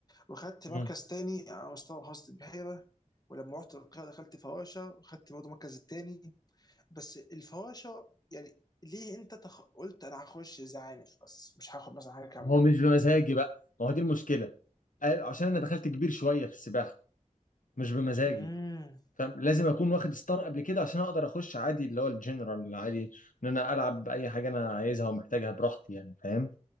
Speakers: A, on the left; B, on the left.
A: واخدت
B: مم.
A: مركز تاني على مستوى محافظة البحيرة ولما رحت القاهرة دخلت فراشة واخدت برضه المركز التاني بس الفراشة يعني ليه انت تخ... قلت انا هخش زعانف بس مش هاخد مثلا حاجة كاملة
B: ما هو مش بمزاجي بقى ما هو دي المشكله قال- عشان انا دخلت كبير شويه في السباحه مش بمزاجي
A: امم
B: فاهم لازم اكون واخد ستار قبل كده عشان اقدر اخش عادي اللي هو الجنرال العادي ان انا العب باي حاجه انا عايزها ومحتاجها براحتي يعني فاهم